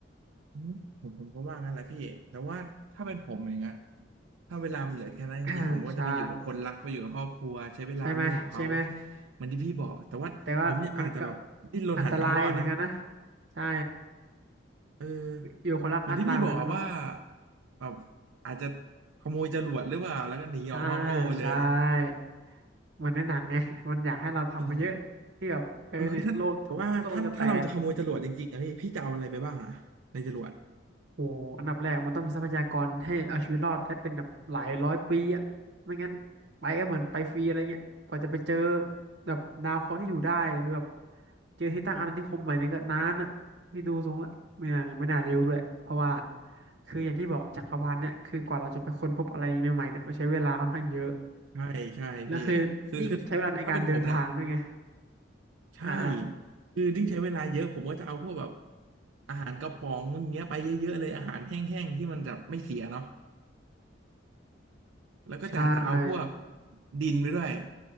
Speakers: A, on the right; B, on the right.
A: อืมผมผมก็ว่างั้นแหละพี่แต่ว่าถ้าเป็นผมอย่างเงี้ยถ้าเวลามันเหลือแค่นั้นจริงๆผมก็จะไปอยู่กับคนรักไปอยู่กับครอบครัวใช้เวลาร่วมกับเขา
B: <coughs> ใช่ใช่ไหมใช่ไหม
A: เหมือนที่พี่บอกแต่ว่าผมอยากอาจจะแบบดิ้นรนหาทางรอดนะ
B: แต่ว่ามันก็อันตรายเหมือนกันนะใช่
A: เออ
B: อยู่คนรักอันตรายเหมือนกันนะน้อง
A: เหมือนที่พี่บอกอะว่าแบบอาจจะขโมยจรวดหรือเปล่าแล้วก็หนีออกนอกโลกไปเลย
B: อ่าใช่เหมือนในหนังไงมันอยากให้เราทำมาเยอะที่แบบเออเนี่ยโลกโลกก็แตก
A: เออเอคือถ้าแต่ว่าถ้าถ้าเราจะขโมยจรวดจริงๆอะพี่พี่จะเอาอะไรไปบ้างอะในจรวด
B: โอ้อันดับแรกมันต้องมีทรัพยากรให้เอาชีวิตรอดได้เป็นแบบหลายร้อยปีอะไม่งั้นไปก็เหมือนไปฟรีอะไรเงี้ยกว่าจะไปเจอแบบดาวเคราะห์ที่อยู่ได้หรือแบบเจอที่ตั้งอาณานิคมใหม่เนี่ยก็นานอะนี่ดูทรงละไม่น่าไม่น่าเร็วด้วยเพราะว่าคืออย่างที่บอกจักรวาลเนี่ยคือกว่าเราจะไปค้นพบอะไรใหม่ๆเนี่ยมันใช้เวลาค่อนข้างเยอะ
A: ใช่ใช่พี่คือคือถ้าเป็นผมเนี่ย
B: แล้วคือยิ่งใช้เวลาในการเดินทางด้วยไง
A: ใช่
B: อ่าอ่า
A: คือดิ้งใช้เวลาเยอะผมก็จะเอาพวกแบบอาหารกระป๋องอย่างเงี้ยไปเยอะๆเลยอาหารแห้งๆที่มันจะไม่เสียเนาะแล้วก็จะจะเอาพวก
B: ใช่
A: ดินไปด้วย